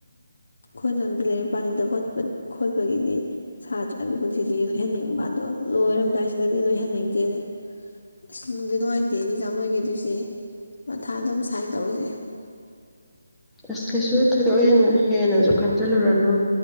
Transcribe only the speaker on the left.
ꯑꯩꯈꯣꯏꯅꯕꯨꯗꯤ ꯂꯥꯏꯔꯤꯛ ꯄꯥꯅꯤꯡꯗꯄ ꯈꯣꯠꯄꯒꯤꯗꯤ ꯁꯥꯇ꯭ꯔꯒꯤ ꯄꯨꯟꯁꯤꯁꯤ ꯂꯣꯏꯍꯟꯅꯤꯡꯕ ꯑꯗꯣ ꯂꯣꯏꯔꯝꯗꯥꯏꯁꯤꯗꯗꯤ ꯂꯣꯏꯍꯟꯅꯤꯡꯗꯦꯅꯦ ꯑꯁ ꯅꯨꯡꯗꯤ ꯅꯨꯡꯉꯥꯏꯇꯦ ꯑꯦꯛꯖꯥꯝ ꯂꯣꯏꯈꯤꯗꯣꯏꯁꯦ ꯃꯊꯥ ꯑꯗꯨꯝ ꯁꯥꯏꯟ ꯇꯧꯔꯤꯁꯦ